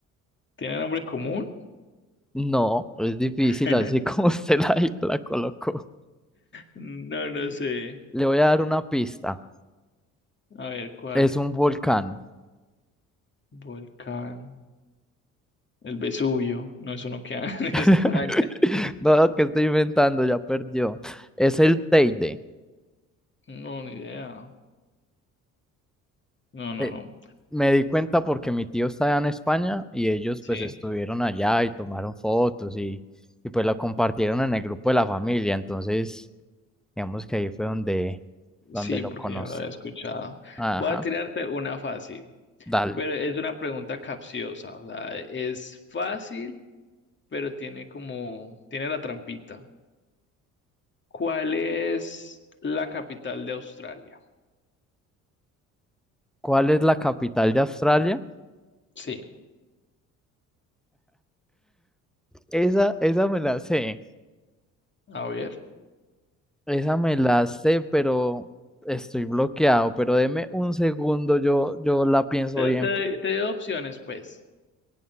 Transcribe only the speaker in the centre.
No, es difícil
así como <laughs> usted la, la colocó.
Le voy a dar una pista.
Es un volcán.
<laughs>
No, que estoy inventando, ya perdió. Es el Teide.
Eh,
me di cuenta porque mi tío está allá en España y ellos
pues estuvieron allá y tomaron fotos y, y pues lo compartieron en el grupo de la familia. Entonces, digamos que ahí fue donde, donde
lo
conocí.
Ajá,
dale.
¿Cuál es la capital de Australia?
Esa, esa me la sé.
Esa me la sé, pero estoy bloqueado. Pero deme un segundo, yo, yo la pienso
bien.
po-